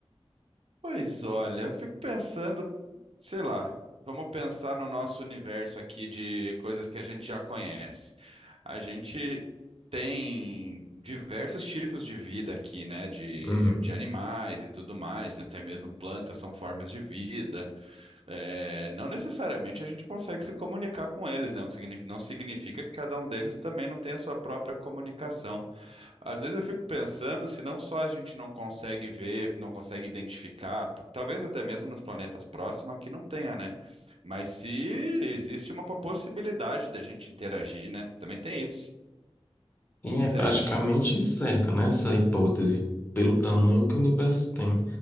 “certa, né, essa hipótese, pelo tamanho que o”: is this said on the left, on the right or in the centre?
Left